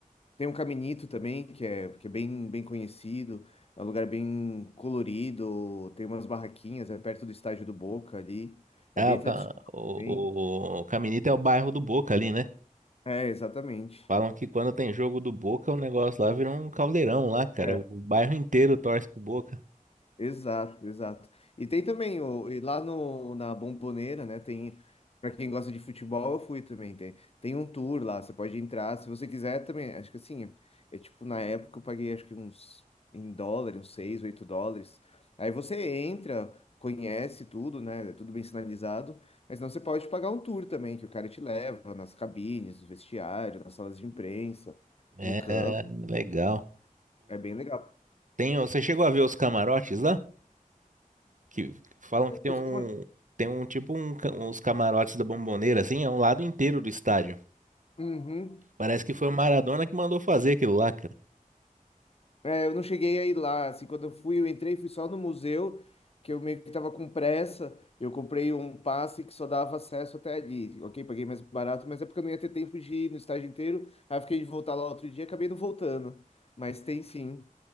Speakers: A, on the left; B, on the right.
A: Tem um Caminito também, que é, que é bem, bem conhecido. É um lugar bem colorido, tem umas barraquinhas, é perto do estádio do Boca ali.
B: ah,
A: É bem
B: o, Ca-
A: tradicional
B: o,
A: também.
B: o, o Caminito é o bairro do Boca ali, né?
A: É, exatamente.
B: Falam que quando tem jogo do Boca, o negócio lá vira um caldeirão lá, cara.
A: É.
B: O, bairro inteiro torce pro Boca.
A: Exato, exato. E tem também o, e lá no, na Bombonera, né? Tem, para quem gosta de futebol, eu fui também. Tem, tem um tour lá, você pode entrar, se você quiser também. Acho que assim, é tipo, na época eu paguei acho que uns em dólar, uns 6, 8 dólares. Aí você entra, conhece tudo, né? É tudo bem sinalizado, mas não você pode pagar um tour também, que o cara te leva nas cabines, no vestiário, nas salas de imprensa,
B: É,
A: no campo.
B: legal.
A: É bem legal.
B: Tem, você chegou a ver os camarotes lá? Que falam que tem
A: Os
B: um,
A: camar-
B: tem um tipo um, ca- uns camarotes da Bomboneira, assim, é um lado inteiro do estádio.
A: Uhum.
B: Parece que foi o Maradona que mandou fazer aquilo lá, cara.
A: É, eu não cheguei a ir lá, assim, quando eu fui, eu entrei, fui só no museu, que eu meio que tava com pressa, eu comprei um passe que só dava acesso até ali, ok? Paguei mais barato, mas é porque eu não ia ter tempo de ir no estágio inteiro, aí eu fiquei de voltar lá outro dia, acabei não voltando, mas tem sim.